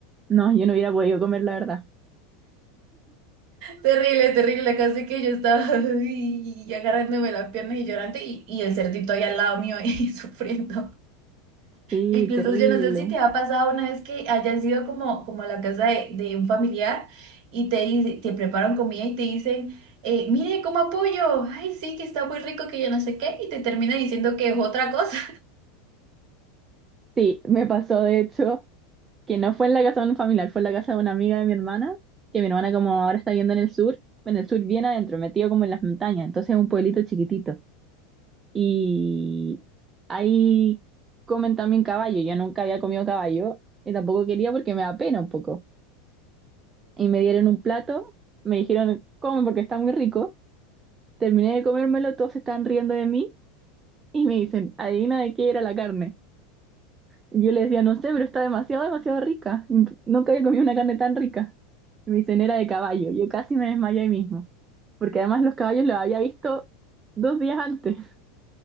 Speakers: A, on the right; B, on the right.
A: no, yo no hubiera podido comer, la verdad.
B: Terrible, terrible, casi que yo estaba <laughs> y agarrándome las piernas y llorando y, y el cerdito ahí al lado mío <laughs> y sufriendo.
A: Sí,
B: Incluso
A: terrible.
B: yo no sé si te ha pasado una vez que hayas ido como, como a la casa de, de un familiar y te, dice- te preparan comida y te dicen, eh, mire, coma pollo, ay sí, que está muy rico, que yo no sé qué, y te termina diciendo que es otra cosa.
A: Sí, me pasó de hecho que no fue en la casa de un familiar, fue en la casa de una amiga de mi hermana, que mi hermana como ahora está viviendo en el sur, en el sur bien adentro, metido como en las montañas, entonces es un pueblito chiquitito. Y ahí comen también caballo, yo nunca había comido caballo y tampoco quería porque me da pena un poco. y me dieron un plato, me dijeron, come porque está muy rico. Terminé de comérmelo, todos se estaban riendo de mí y me dicen, adivina de qué era la carne. Yo les decía, no sé, pero está demasiado, demasiado rica. Imp- Nunca había comido una carne tan rica. Y me dicen, era de caballo. Yo casi me desmayé ahí mismo, porque además los caballos los había visto dos días antes. <laughs>